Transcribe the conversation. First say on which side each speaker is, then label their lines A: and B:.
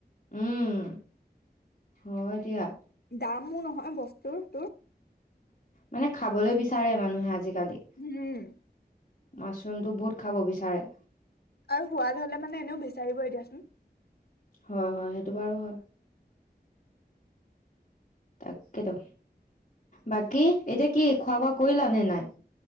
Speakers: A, on the left; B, on the left.
A: উম হয় দিয়া।
B: দামো নহয় বস্তু তোৰ,
A: মানে খাবলৈ বিচাৰে মানুহে আজিকালি।
B: হম,
A: মাছৰুমটো বহুত খাব বিচাৰে।
B: আৰু সোৱাদ হলে মানে এনেও বিচাৰিব এ দিয়াচোন।
A: হয় হয় সেইটো বাৰু হয়। তাকেতো। বাকী এতিয়া কি খোৱা বোৱা কৰিলা নে নাই।